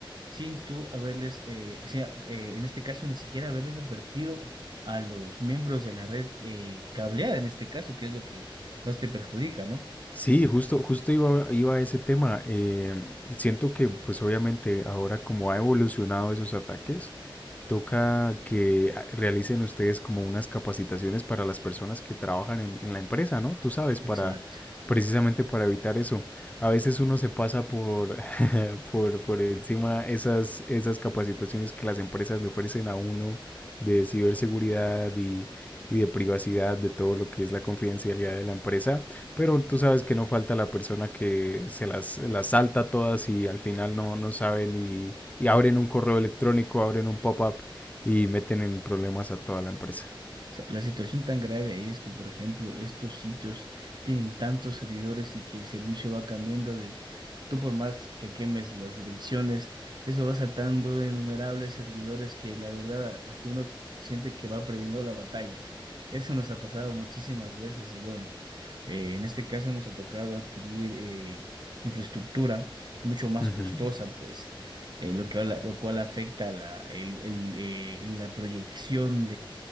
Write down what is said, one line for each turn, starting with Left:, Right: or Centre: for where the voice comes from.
Right: sin tú haberles, eh, o sea, eh, en este caso ni siquiera haberles advertido a los miembros de la red eh, cableada, en este caso, que es lo que más te perjudica, ¿no?
Left: Sí, justo, justo iba, iba a ese tema. em, siento que, pues obviamente, ahora como ha evolucionado esos ataques, toca que ah, realicen ustedes como unas capacitaciones para las personas que trabajan en, en la empresa, ¿no? Tú sabes, para
Right: Exacto.
Left: precisamente para evitar eso. A veces uno se pasa por, <laughs> por, por encima esas, esas capacitaciones que las empresas le ofrecen a uno de ciberseguridad y, y de privacidad, de todo lo que es la confidencialidad de la empresa, pero tú sabes que no falta la persona que se las, las salta todas y al final no, no sabe ni y abren un correo electrónico, abren un pop-up y meten en problemas a toda la empresa.
Right: sea, La situación tan grave ahí es que, por ejemplo, estos sitios tienen tantos servidores y que el servicio va cambiando de, tú por más que quemes las direcciones, eso va saltando de innumerables servidores que la verdad hasta uno siente que va perdiendo la batalla. Eso nos ha pasado muchísimas veces y bueno, eh, en este caso nos ha tocado adquirir eh, infraestructura mucho más
Left: Ujú.
Right: costosa, pues, eh, lo que, lo cual afecta la, el- el, eh, la proyección